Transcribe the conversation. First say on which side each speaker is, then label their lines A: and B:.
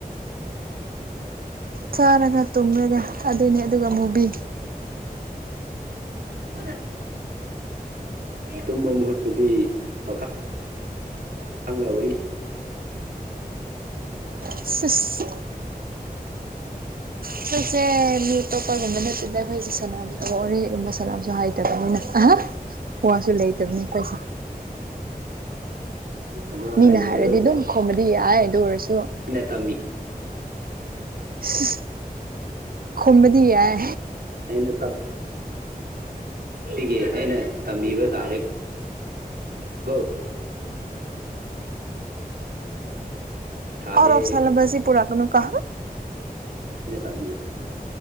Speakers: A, on the right; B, on the right.
A: ꯆꯥꯔꯒ ꯇꯨꯝꯂꯒ ꯑꯗꯨꯅꯤ ꯑꯗꯨꯒ ꯃꯨꯕꯤ
B: ꯍꯣꯗ ꯇꯨꯝꯕ ꯃꯍꯨꯠꯄꯨꯗꯤ ꯄꯥꯈꯪꯒ ꯋꯥꯔꯤ
A: ꯁꯤꯁ ꯑꯩꯈꯣꯏꯁꯦ ꯃꯤ ꯑꯇꯣꯞꯄꯒꯨꯝꯕ ꯅꯠꯇꯗ ꯑꯩꯈꯣꯏꯁꯦ ꯁꯥꯟꯅꯕ ꯑꯥ ꯋꯥꯔꯤꯒꯨꯝꯕ ꯁꯥꯟꯅꯕꯁꯨꯍꯥꯏꯇꯕꯅꯤꯅ ꯋꯥꯁꯨ ꯂꯩꯇꯕꯅꯤ ꯑꯩꯈꯣꯏꯁꯦ
B: ꯑꯗꯣ
A: ꯃꯤꯅ
B: ꯍꯩꯇꯕꯗꯣ
A: ꯍꯥꯏꯔꯗꯤ ꯑꯗꯨꯝ ꯈꯨꯝꯕꯗꯤ ꯌꯥꯏ ꯑꯗꯨ ꯑꯣꯏꯔꯁꯨ
B: ꯑꯩꯅ ꯇꯝꯕꯤ
A: ꯏꯁ ꯈꯨꯝꯕꯗꯤ ꯌꯥꯏ
B: ꯑꯩꯅ ꯀꯛ ꯅꯨꯡꯇꯤꯒꯤ ꯑꯩꯅ ꯇꯝꯕꯤꯕ ꯇꯥꯔꯦ ꯕ ꯁꯥꯗꯦ
A: ꯑꯧꯠ ꯑꯣꯐ ꯁꯦꯂꯕꯁꯁꯤ ꯄꯨꯔꯛꯀꯅꯨ ꯀꯣ
B: <unintelligible> ꯇꯥꯕꯤꯕ꯭ꯔ